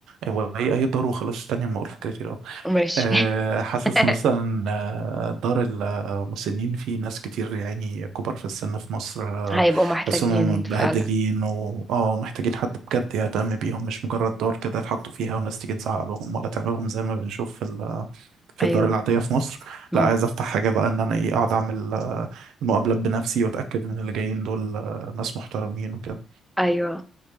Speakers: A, on the right; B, in the centre.
A: هو أي أي دار وخلاص تانية ما أقول فكرتي الأول
B: ماشي
A: آه، حاسس
B: <laughs>
A: مثلا آه، دار المسنين في ناس كتير يعني كبار في السن في مصر آه،
B: هيبقوا محتاجين
A: بحسهم متبهدلين
B: فعلا
A: و اه محتاجين حد بجد يهتم بيهم مش مجرد دار كده يتحطوا فيها وناس تيجي تزعق لهم ولا تعملهم زي ما بنشوف في ال... في
B: ايوه
A: الدار العادية في مصر
B: مم.
A: لا عايز افتح حاجة بقى ان انا ايه اقعد اعمل آه، المقابلات بنفسي واتاكد ان اللي جايين دول آه، ناس محترمين وكده
B: ايوه